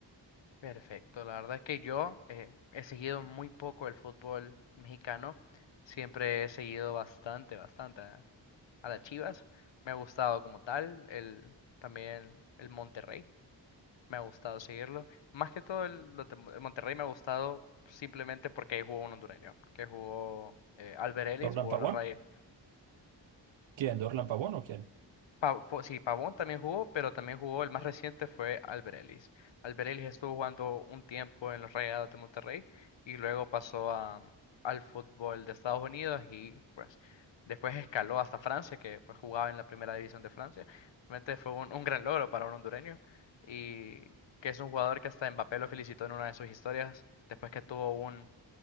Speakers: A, on the left; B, on the right.
A: Perfecto, la verdad es que yo eh, he seguido muy poco el fútbol mexicano, siempre he seguido bastante, bastante a, a las Chivas, me ha gustado como tal, el, también el Monterrey, me ha gustado seguirlo, más que todo el, los de Mon- el Monterrey me ha gustado simplemente porque ahí jugó un hondureño, que jugó eh, Alber Ellis,
B: ¿Dorlan
A: jugó
B: Pavón?
A: en los Rayes.
B: ¿Quién? ¿Dorlan Pavón o quién?
A: Pa- po- sí, Pavón también jugó, pero también jugó, el más reciente fue Albert Ellis. Albert Ellis estuvo jugando un tiempo en los Rayados de Monterrey y luego pasó a- al fútbol de Estados Unidos y pues después escaló hasta Francia, que pues jugaba en la primera división de Francia. Realmente fue un, un gran logro para un hondureño y que es un jugador que hasta Mbappé lo felicitó en una de sus historias después que tuvo un,